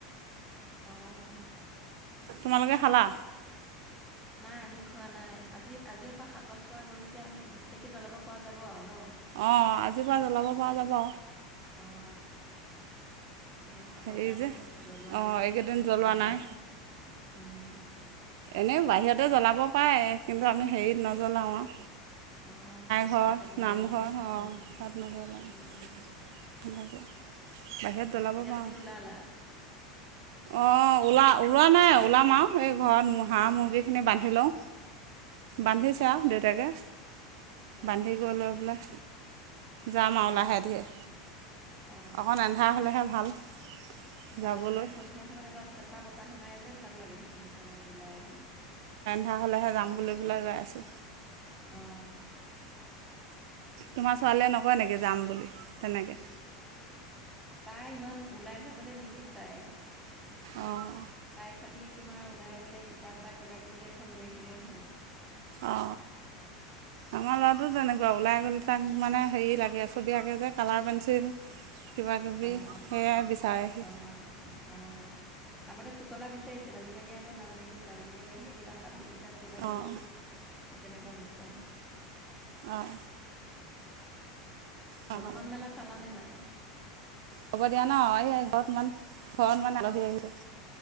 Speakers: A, in the centre; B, on the right.
A: আহ,
B: তোমালোকে খালা।
A: নাই আমি খোৱা নাই আজি আজি পৰা হাত চোৱা গ'ল যেতিয়া ধূপ চাকি জ্বলাব পৰা যাব আৰু ন
B: অ আজিৰ পৰা জ্বলাব পৰা যাব
A: অ, কেইদিন হাতৰ
B: হেৰি
A: কাৰণে
B: যে
A: জ্বলোৱা
B: অঁ
A: নাই যে
B: এইকেইদিন জ্বলোৱা
A: নাপায়
B: নাই
A: উম।
B: এনেই বাহিৰতে জ্বলাব। পাৰে কিন্তু আমি হেৰিত নজ্বলাওঁ আৰু
A: অ গোঁসাই
B: ঘৰ
A: ঠাইত নজ্বলাও
B: নামঘৰ অঁ
A: উম
B: তাত নজ্বলাওঁ
A: উম।
B: সেনেকুৱা বাহিৰত জ্বলাব
A: এতিয়া
B: পাওঁ।
A: তুমি <unintelligible>
B: অ ওলা ওলোৱা নাই ওলাম আৰু এই ঘৰত হাঁহ মুৰ্গীখিনি
A: অঁ
B: বান্ধি লওঁ, বান্ধিছে
A: অঁ
B: আৰু দেউতাকে।
A: অঁ
B: বান্ধি গ লৈ পেলাই। যাম আৰু
A: অঁ
B: লাহে ধিৰে
A: অঁ
B: অকণ আন্ধা হ'লেহে ভাল।
A: ভাল
B: যাবলৈ
A: আৰু সন্ধিয়া সময়ত এটা চেঁচা বতাহ মাৰে যে ভাল লাগে সেইখিনি সময়ত ওলাই আহি।
B: কা হ'লেহে যাম বুলি পেলাই ৰৈ আছো।
A: অ।
B: তোমাৰ ছোৱালীয়ে নকয় নেকি যাম বুলি তেনেকে?
A: তাই ইমান ওলাই যাবল নিবিচাৰে।
B: অঁ
A: তাই খালি তোমাৰ ওলাই গ'লে কিতাপ বা কিবা কিবি এখন লৈ আহিলেই হয়।
B: অ আমাৰ ল'ৰাটো তেনেকুৱা ওলাই গ'লে তাক মানে হেৰি লাগ <unintelligible> ছবি আঁকে যে কালাৰ পেঞ্চিল কিবাকিবি
A: অহ
B: সেয়াই বিচাৰে সি
A: অহ অহ। আগতে পুতলা বিচাৰিছিল আজিকালি আকৌ নিবিচাৰে আজিকালি সেই কিবা সাধু কিত তাপ কিবা
B: অঁ
A: কিবি সেই তেনেকুৱা বিচাৰে।
B: অঁ অঁ
A: হনুমান মেলা চালানে নাই?
B: হ'ব দিয়া ন এই ঘৰত ইমান ঘৰত মানে আলহী আহিলে।